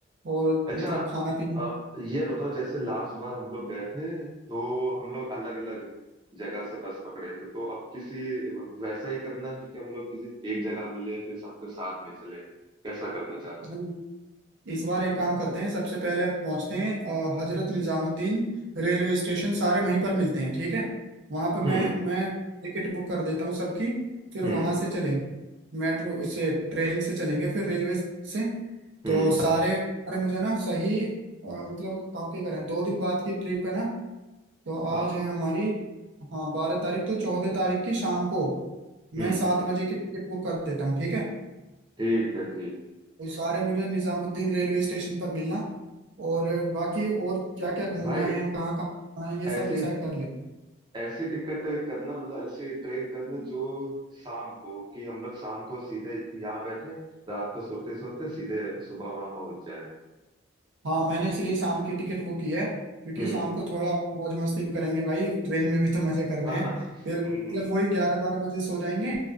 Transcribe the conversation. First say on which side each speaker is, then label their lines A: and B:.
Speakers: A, on the right; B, on the right.
A: और
B: अच्छा
A: मतलब खाना पीना
B: अ, ये बताओ जैसे लास्ट बार हम लोग गए थे तो हम लोग अलग अलग जगह से बस पकड़े थे तो अब किसी वैसा ही करना है कि हम लोग किसी एक जगह मिले फिर सबके साथ में चले कैसा करना चाह रहे
A: मतलब
B: हो
A: इस बार एक काम करते हैं सबसे पहले पहुंचते हैं अ, हजरत निजामुद्दीन रेलवे स्टेशन सारे वहीं पर मिलते हैं ठीक है वहां पे
B: हम्म
A: मैं मैं टिकट बुक कर देता हूँ सबकी फिर
B: हम्म
A: वहां से चलेंगे मेट्रो से ट्रेन से चलेंगे फिर रेलवे से
B: हम्म
A: तो सारे अरे मुझे ना सही अ, मतलब काफी करें दो दिन बाद की ट्रिप है ना तो
B: हाँ
A: आज है हमारी हाँ बारह तारीख तो चौदह तारीख की शाम को
B: हम्म
A: मैं सात बजे की टिकट बुक कर देता हूँ ठीक है
B: ठीक है ठीक
A: ये सारे मुझे निजामुद्दीन रेलवे स्टेशन पर मिलना और बाकी और क्या क्या घूमना
B: भाई
A: है कहाँ कहाँ घूमना है ये
B: ऐसे
A: सब डिसाइड कर लेंगे
B: ऐसी टिकट करना मतलब ऐसी ट्रेन करना जो शाम को कि हम लोग शाम को सीधे यहाँ बैठे रात को सोते सोते सीधे सुबह वहां पहुंच जाए
A: हाँ मैंने इसलिए शाम की टिकट बुक की है क्योंकि
B: हम्म
A: शाम को थोड़ा मौज मस्ती करेंगे भाई ट्रेन में भी तो मजे करने
B: हाँ
A: हैं
B: हाँ,
A: फिर मतलब
B: हम्म हम्म
A: वही ग्यारह बारह बजे सो जाएंगे